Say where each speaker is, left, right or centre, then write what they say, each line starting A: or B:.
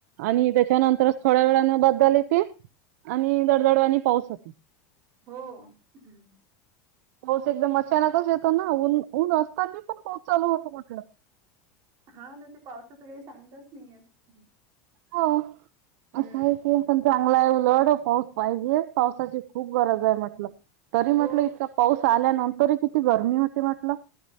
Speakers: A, on the right; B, on the right.
A: आणि त्याच्यानंतरच थोड्या वेळानं बादल येती आणि दडदडवानी पाऊस होती.
B: हो हम्म
A: पाऊस एकदम अचानकच येतो ना ऊन ऊन असताना पण पाऊस चालू होत म्हटलं
B: हा ना ते पावसाच काही सांगताच नाही येत.
A: हो
B: हम्म
A: असं आहे ते पण चांगलं आहे उलड पाऊस पाहिजे पावसाची खूप गरज आहे म्हटलं, तरी म्हटलं
B: हो
A: इतका पाऊस आल्यानं तरी किती गरमी होते म्हटलं